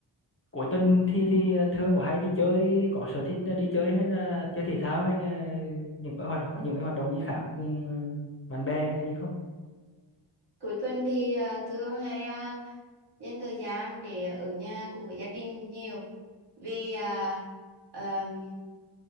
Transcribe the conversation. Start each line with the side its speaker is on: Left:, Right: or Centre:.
Left: cuối tuần thì thì ờ, thường có hay đi chơi có sở thích ờ, đi chơi hay là chơi thể thao hay là những cái hoạt có những cái hoạt động gì khác cùng ờ, bạn bè hay là gì không
Right: cuối tuần thì à, thường hay à, dành thời gian để ở nhà cùng với gia đình nhiều vì à, ờm,